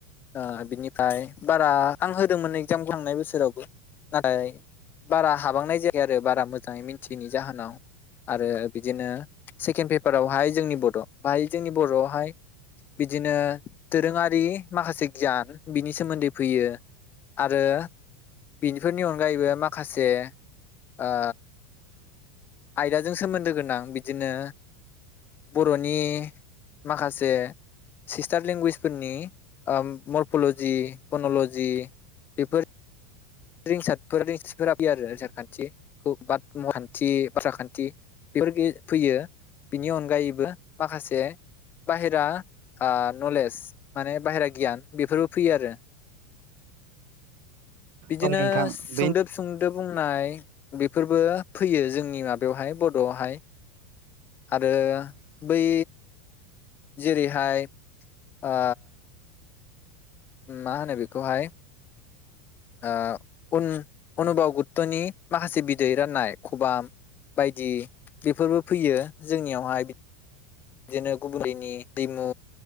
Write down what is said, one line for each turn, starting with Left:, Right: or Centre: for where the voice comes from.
Left: ओ बिनिफ्राय बारा आं होदोंमोन एगजामखौ थांनाय बोसोरावबो नाथाय बारा हाबांनाय जायाखै आरो बारा मोजाङै मिन्थियैनि जाहोनाव आरो बिदिनो सेकेन्ड पेपारावहाय जोंनि बड बाहाय जोंनि बरआवहाय बिदिनो दोरोङारि माखासे गियान बिनि सोमोन्दै फैयो आरो बिनिफोरनि अनगायैबो माखासे ओ आयदाजों सोमोन्दो गोनां बिदिनो बरनि माखासे सिस्टार लेंगुवेजफोरनि ओम मरफलजि पनलजि बेफोर रिंसार <unintelligible> रिंसार खान्थि बाथखान्थि बाथ्रा खान्थि बेफोर फैयो बिनि अनगायैबो माखासे बाहेरा नलेज माने बाहेरा गियान बेफोरबो फैयो आरो बिदिनो
Right: औ नोंथां
Left: सुंदोब
Right: बे
Left: सुंदोब बुंनाय बेफोरबो फैयो जोंनि माबायावहाय बडआवहाय आरो बै जेरैहाय ओ मा होनो बेखौहाय ओ उन अनुभाव गुत्तनि माखासे बिदै राननाय खबाम बायदि बेफोरबो फैयो जोंनियावहाय बिदिनो गुबलैनि दैमु